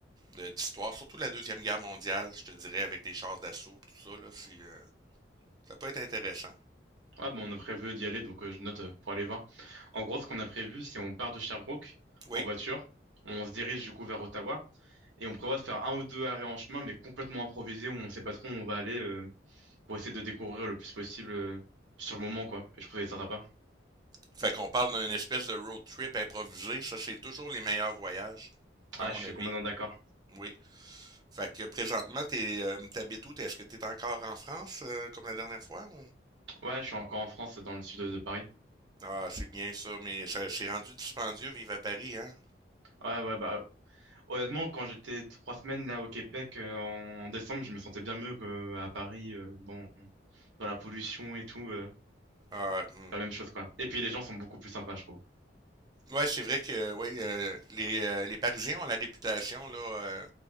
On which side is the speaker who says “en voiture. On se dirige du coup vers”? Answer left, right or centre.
Right